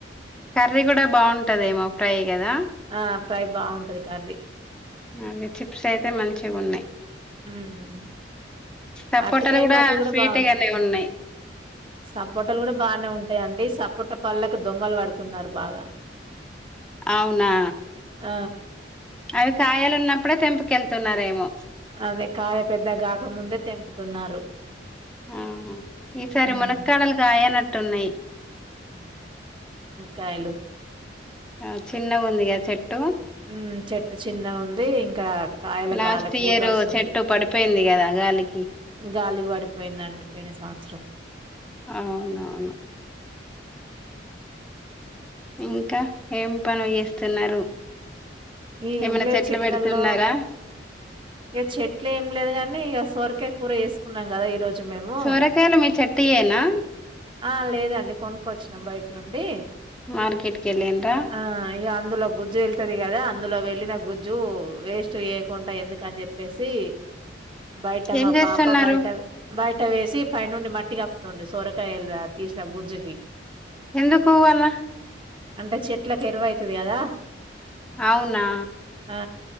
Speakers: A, in the centre; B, on the right.
A: కర్రీ కూడా బాగుంటదమో ఫ్రై కదా
B: ఆ ఫ్రై బాగుంటది కర్రీ
A: అవి చిప్స్ అయితే మంచిగా ఉన్నాయి
B: హ్మ్
A: సపోటాలు
B: అరటికాయ కర్రీ కూడా
A: స్వీట్
B: బాగుంది
A: గానే ఉన్నాయి
B: సపోటలు కూడా బానే ఉంటాయిండి సప్ పుట్ట పళ్ళకు దొంగలు పడుతున్నారు బాగా
A: అవునా
B: ఆ
A: అవి కాయలు ఉన్నప్పుడే తెంపికెళ్తున్నారేమో
B: అదే కాయ పెద్ద కాగాకముందే తెంపుతున్నారు.
A: ఆ ఈసారి
B: హ్మ్
A: మునక్కాడలు కాయనట్టు ఉన్నాయి.
B: కాయలు
A: ఆ చిన్నగుందిగా చెట్టు
B: ఊ చెట్టు చిన్నగుంది ఇంకా కాయలకు
A: లాస్ట్
B: రాలే పూత
A: ఇయర్
B: వస్తుంది.
A: చెట్టు పడిపోయింది కదా గాలికి
B: గాలికి పడిపోయిందండి పొయిన సంవత్సరం
A: అవునవును ఇంకా ఏం పనులు చేస్తున్నారు.
B: ఏ
A: ఏమైనా
B: ఏం లేదు
A: చెట్లు
B: చెట్లల్లో
A: పెడుతున్నారా
B: ఇక చెట్లు ఏం లేదు గాని ఇక సొరకాయ కూర చేసుకున్నాం కదా ఈరోజు చ్చు మేము
A: సోరకాయలు మీ చెట్టుయేనా
B: ఆ లేదండి కొనుకొచ్చినమ్ బయట నుండి
A: మార్కెట్ కి వెళ్ళిండ్ర
B: ఆ ఇగ అందులో గుజ్జు వెళ్తుది కదా అందులో వెళ్లిన గుజ్జు వేస్ట్ చేయకుంట ఎందు కని చెప్పేసి బయట
A: ఏం
B: మా
A: చేస్తున్నారు
B: పాప బయట బయట వేసి పైనుండి మట్టికప్పుతుంది సొరకాయలు తీసిన గుజ్జుకి
A: ఎందుకు అలా
B: అంటే చెట్లకు ఎరువయితది కదా
A: అవునా
B: ఆ